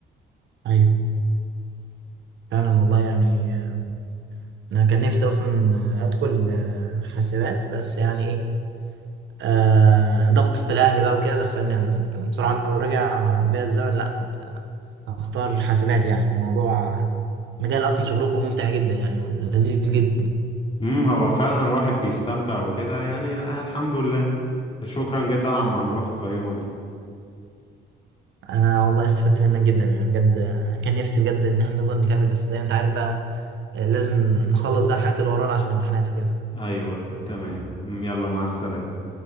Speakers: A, on the right (about 70°); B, on the left (about 25°).
A: ايوه فعلا والله يعني آه، انا كان نفسي اصلا آه، ادخل آه، حاسبات بس يعني ايه آه ضغط الاهل بقى وكده دخلني هندسه لكن بصراحه لو رجع بيا الزمن لا كنت اختار حاسبات يعني الموضوع آه، مجال اصلا شغلكم ممتع جدا يعني ولذيذ جدا
B: امم هو فعلا الواحد بيستمتع وكده يعني الحمد لله شكرا جدا على المعلومات القيمة دي
A: انا والله استفدت منك جدا يعني بجد آه، كان نفسي بجد ان احنا نفضل نكمل بس زي ما انت عارف بقى آه، لازم نخلص بقى الحاجات اللي ورانا عشان الامتحانات وكده
B: ايوه تمام مم، يلا مع السلامة